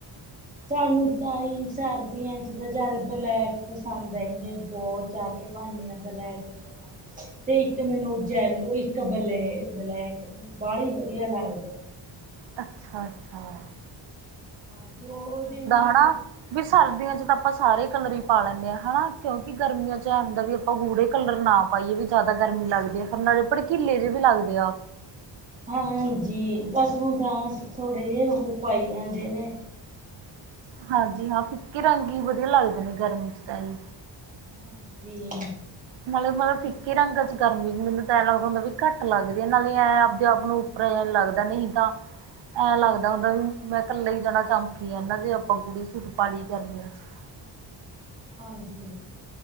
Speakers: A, on the right; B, on the right.
A: ਸਾਨੂੰ ਤਾ ਹੀ ਸਰਦੀਆਂ ਚ ਤਾਂ ਜ਼ਿਆਦੇ ਬਲੈਕ ਪਸੰਦ ਐ <unintelligible> ਪਾਨੀ ਆ ਬਲੈਕ ਕਲਰ ਆ <unintelligible> ਤੇ ਇੱਕ ਮੈਨੂੰ ਉ ਜੈਲੋ ਇੱਕ ਬਲੈ ਬਲੈਕ ਮੈਨੂੰ ਬਾਹਲਾ ਹੀ ਵਧੀਆ ਲੱਗਦੇ
B: ਅੱਛਾ -ਅੱਛਾ
A: ਹਾਂਜੀ ਉਹ ਉਹਦੇ ਨਾਲ
B: <unintelligible> ਵੀ ਸਰਦੀਆਂ ਚ ਤਾਂ ਆਪਾਂ ਸਾਰੇ ਕਲਰ ਹੀ ਪਾ ਲੈਂਨੇ ਆ ਹਨਾ ਕਿਉਂਕਿ ਗਰਮੀਆਂ ਚ ਐ ਹੁੰਦਾ ਵੀ ਆ ਗੂੜੇ ਕਲਰ ਨਾ ਪਾਈਏ ਵੀ ਜ਼ਿਆਦਾ ਗਰਮੀ ਲੱਗਦੀ ਫਿਰ ਨਾਲੇ ਭੜਕੀਲੇ ਜੇ ਵੀ ਲੱਗਦੇ ਆ
A: ਹਾਂਜੀ ਬਸ ਹੁਣ ਤਾਂ ਥੋੜੇ ਜੇ ਉ ਪਾਈ ਜਾਂਦੇ ਨੇ
B: ਹਾਂਜੀ ਹਾਂ ਫਿੱਕੇ ਰੰਗ ਹੀ ਵਧੀਆ ਲੱਗਦੇ ਨੇ ਗਰਮੀ ਚ ਤਾਂ ਜੀ।
A: ਹਾਂਜੀ
B: ਨਾਲੇ ਮਲ ਫਿੱਕੇ ਰੰਗਾ ਚੋਂ ਕਰਨ <unintelligible> ਵੀ ਮੈਨੂੰ ਤਾਂ ਐ ਲੱਗਦਾ ਹੁੰਦਾ ਵੀ ਲੱਦੀ ਆ ਨਾਲੇ ਇਹ ਆਪਦੇ ਆਪ ਨੂੰ <unintelligible> ਲੱਗਦਾ ਨਹੀਂ ਤਾਂ ਐਂ ਲੱਗਦਾ ਹੁੰਦਾ ਵੀ ਮੈਂ ਕੱਲਾ ਹੀ ਜਾਣਾ ਚਮਕੀ ਜਾਨਾ ਜੇ ਆਪਾਂ ਗੂੜੇ ਸੂਟ ਪਾ ਲੀਏ ਗਰਮੀਆਂ ਚ
A: ਹਾਂਜੀ